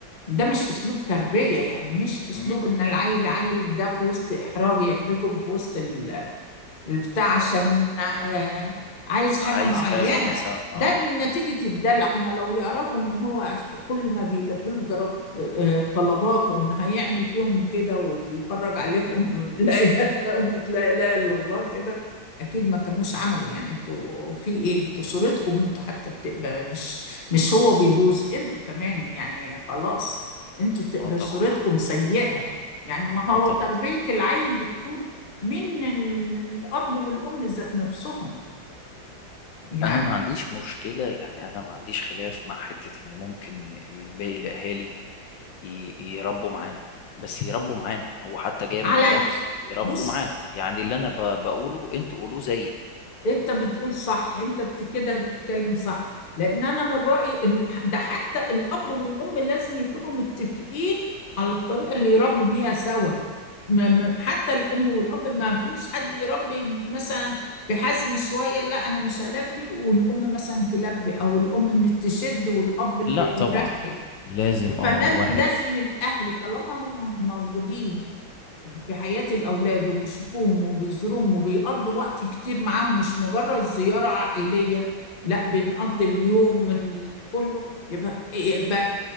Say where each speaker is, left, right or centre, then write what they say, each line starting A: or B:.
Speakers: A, on the left; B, on the left.
A: ده مش اسلوب تربيه يعني مش اسلوب
B: مم،
A: ان العيل عيل ده في وسط احراج يحرجهم في وسط البتاع عشان آه، عايز حاجة
B: عايز
A: معينة
B: حاجه مثلا
A: ده
B: اه
A: نتيجة الدلع هم لو يعرفوا ان هو عش- كل ما بيلبي له ضرب آه، طلباته ان هيعمل فيهم كده ويفرج عليهم <laughs> لا اله الا أمة لا اله الا الله كده اكيد ما كانوش عملوا يعني انتوا في ايه انتوا صورتكم انتوا حتى بتقبل مش مش هو بيبوظ انتوا كمان يعني خلاص انتوا تقبل
B: اه طبعا
A: صورتكم سيئة يعني ما
B: اه
A: هو
B: طبعا
A: تربية العيل بتكون من الأب والأم ذات نفسهم يعني
B: انا ما عنديش مشكله يعني انا ما عنديش خلاف مع حته ان ممكن باقي الاهالي ي- يربوا معانا بس يربوا معانا هو حتى جاي من
A: على
B: اللفظ يربوا
A: بص
B: معانا يعني اللي انا ب- بقوله انتوا قولوه زيي
A: أنت بتقول صح أنت بت- كده بتتكلم صح لأن أنا من رأيي ال- ده حتى الأب والأم لازم يكونوا متفقين على الطريقة اللي يربوا بيها سوا ما- ما- حتى الأم والأب ما فيش حد يربي مثلا بحزم شوية لا أنا مش هلبي والأم مثلا تلبي أو الأم مش تشد والأب
B: لا
A: اللي
B: طبعا
A: يرخي
B: لازم اه
A: فلازم
B: واحد
A: الأهل طالما هم موجودين في حياة الأولاد وبيشوفوهم وبيزوروهم وبيقضوا وقت كتير معاهم مش مجرد زيارة عائلية لا بنقضي اليوم ال- كله يبقى يبقى